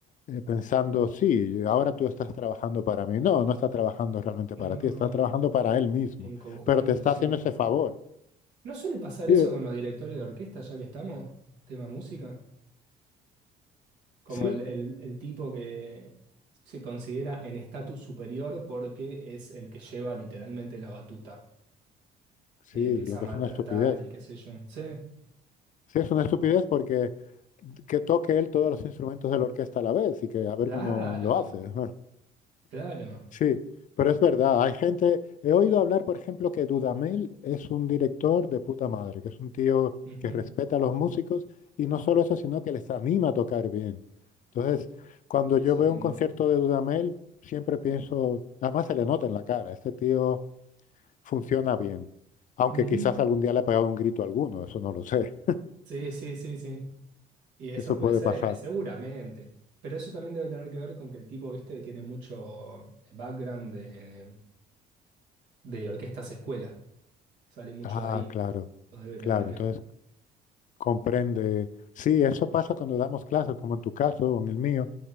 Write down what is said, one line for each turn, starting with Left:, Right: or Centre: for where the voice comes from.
Left: eh, pensando, sí, ahora tú estás trabajando para mí. No, no está trabajando realmente
Right: No,
Left: para ti, está trabajando para él mismo.
Right: en conjunto,
Left: Pero te está
Right: sí.
Left: haciendo ese favor.
Right: ¿No suele pasar
Left: Sí,
Right: eso con los directores de orquesta, ya que estamos? Tema música. como
Left: sí,
Right: el, el- el tipo que se considera en estatus superior porque es el que lleva literalmente la batuta.
Left: sí,
Right: Eh, empieza
Left: lo que
Right: a maltratar
Left: es una estupidez.
Right: y qué sé yo. Sí,
Left: Sí, es una estupidez porque que toque él todos los instrumentos de la orquesta a la vez y que a ver
Right: claro,
Left: cómo lo hace. <laughs>
Right: claro.
Left: Sí, pero es verdad, hay gente, he oído hablar, por ejemplo, que Dudamel es un director de puta madre, que es un tío
Right: Ujú,
Left: que respeta a los músicos y no solo eso, sino que les anima a tocar bien. Entonces, cuando
Right: Eso
Left: yo veo
Right: es lindo.
Left: un concierto de Dudamel, siempre pienso, además se le nota en la cara, este tío funciona bien, aunque
Right: Ujú,
Left: quizás algún día le ha pegado un grito a alguno, eso no lo sé,
Right: Sí, sí, sí, sí. Y eso
Left: eso
Right: puede
Left: puede
Right: ser,
Left: pasar.
Right: seguramente. Pero eso también debe tener que ver con que el tipo, viste, tiene mucho background de, de orquestas escuela. Sale mucho
Left: Ah,
Right: de ahí.
Left: claro,
Right: Lo debe
Left: claro.
Right: tener que
Left: Entonces,
Right: ver.
Left: comprende. Sí, eso pasa cuando damos clases, como en tu caso o en el mío,